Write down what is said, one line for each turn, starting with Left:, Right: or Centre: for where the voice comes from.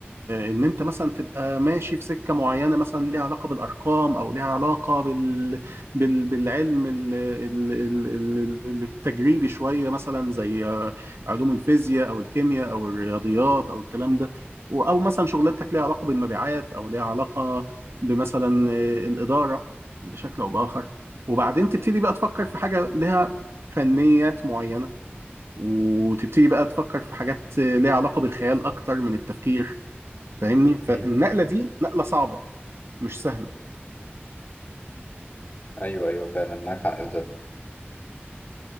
Right: ان انت مثلا تبقى ماشي في سكه معينه مثلا ليها علاقه بالارقام او ليها علاقه بال... بال... بالعلم ال... ال... ال... ال- التجريبي شويه مثلا زي علوم الفيزياء او الكيمياء او الرياضيات او الكلام ده و- او مثلا شغلانتك ليها علاقه بالمبيعات او ليها علاقه بمثلا الاداره بشكل او باخر وبعدين تبتدي بقى تفكر في حاجه لها فنيات معينه وتبتدي بقى تفكر في حاجات ليها علاقة بالخيال أكتر من التفكير فاهمني فالنقلة
Left: مم.
Right: دي نقلة صعبة مش سهلة
Left: ايوه ايوه فعلا معاك حق في ده